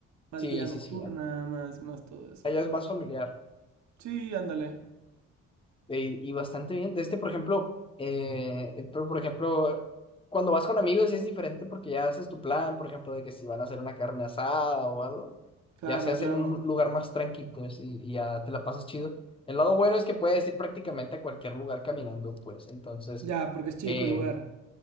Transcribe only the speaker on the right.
Más
vida nocturna,
más, más todo eso.
Sí, ándale.
Claro,
claro.
Ya, porque es chico
el lugar.